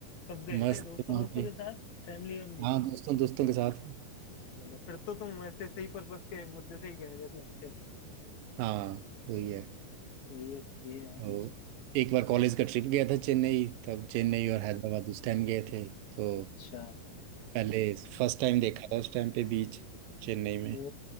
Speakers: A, on the left; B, on the right.
A: कब गए
B: मस्त
A: थे दोस्तों
B: थे वहाँ
A: वोस्तों
B: पे
A: के साथ फैमिली वैमिली
B: हाँ दोस्तों दोस्तों के साथ
A: चलो फिर तो तुम वैसे सही पर्पस के मुद्दे से ही गए हुए लगते हो
B: हाँ वही है
A: सही है सही है यार
B: और
A: फिर तो
B: एक बार कॉलेज का ट्रिप गया था चेन्नई तब चेन्नई और हैदराबाद उस टाइम गए थे तो
A: अच्छा
B: पहले फर्स्ट टाइम देखा था उस टाइम पे बीच चेन्नई में
A: ओ